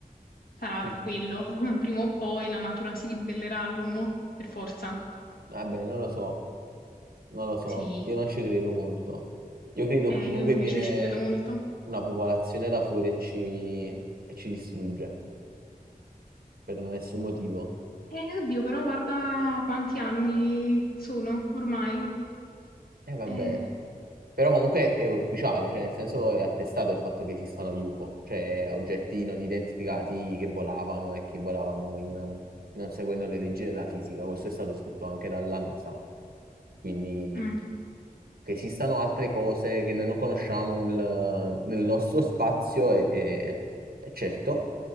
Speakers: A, on the left; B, on the right.
A: Sarà
B: tu-
A: per quello. <laughs> Prima o poi la natura si ribellerà all'uomo, per forza.
B: Vabbè, non lo so, non lo so,
A: Sì.
B: io non ci credo molto. Io credo
A: Eh,
B: più
A: io
B: che
A: invece
B: viene
A: ci credo molto.
B: una popolazione da fuori e ci, e ci distrugge per nessun motivo.
A: Eh, oddio, però guarda quanti anni sono ormai.
B: E vabbè.
A: Eh,
B: Però comunque è ufficiale, cioè nel senso è attestato il fatto che esistano gli UFO, cioè oggetti non identificati che volavano e che volavano in- um, non seguendo le leggi della fisica. Questo è stato scritto anche dalla NASA. Quindi
A: mm.
B: che esistano altre cose che noi non conosciamo nel, nel nostro spazio è, è- è certo.